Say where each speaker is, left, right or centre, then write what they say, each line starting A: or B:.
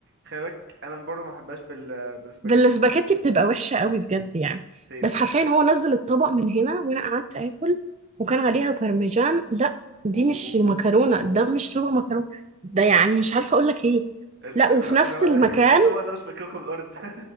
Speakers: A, on the right (about 50°); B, on the right (about 30°).
A: خلي بالك انا برضه ما بحبهاش بال بالسباجيتي
B: بالسباكيتي بتبقى وحشة قوي بجد يعني
A: سيم
B: بس حرفيا هو نزل الطبق من هنا وانا قعدت اكل وكان عليها بارميجان لا دي
A: اوه
B: مش مكرونة ده مش شوربة مكرونة ده يعني مش عارفة اقول لك ايه
A: ال-
B: لا
A: ال-
B: وفي نفس
A: ال-
B: المكان
A: <laughs> الطبق ده مش من كوكب الارض <laughs>